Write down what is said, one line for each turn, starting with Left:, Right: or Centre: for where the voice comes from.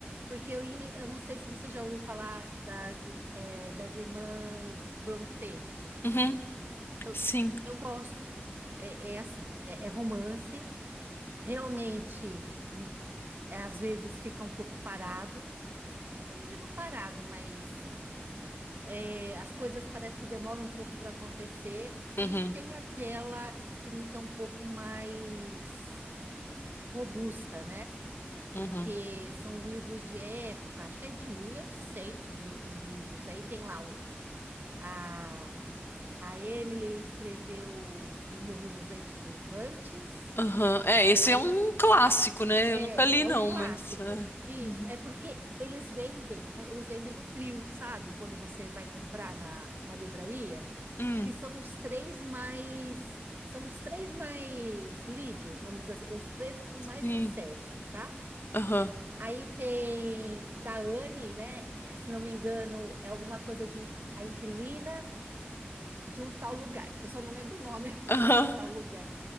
Right: Porque eu, ia- eu não sei se você já ouviu falar das, é, das irmãs Brontë.
Left: Uhum,
Right: Eu,
Left: sim.
Right: eu gosto, é, é assim, é, é romance, realmente é, às vezes fica um pouco parado. Eu não digo parado, mas é, as coisas parece que demoram um pouco para acontecer
Left: Uhum,
Right: e tem aquela escrita um pouco mais robusta, né? porque
Left: uhum.
Right: são livros de época, acho que é de 1800 o- os, livros. Aí tem lá o- a, a Emily escreveu O Morro dos Ventos Uivantes.
Left: Aham. É, esse
Right: Aí
Left: é um clássico, né?
Right: é,
Left: Eu nunca li,
Right: é
Left: não,
Right: um clássico.
Left: mas. é.
Right: Isso,
Left: Uhum.
Right: é porque eles vendem, eles vendem o trio, sabe? Quando você vai comprar na, na livraria,
Left: Hum,
Right: que são os três mais são os três mais lidos, vamos dizer assim, os três com mais
Left: sim.
Right: sucesso, tá?
Left: Aham.
Right: Aí tem da Anne, né? eh, Se não me engano, é alguma coisa de inqui- a inquilina de um tal lugar. Eu só não lembro o nome <laughs>
Left: Aham.
Right: desse tal lugar.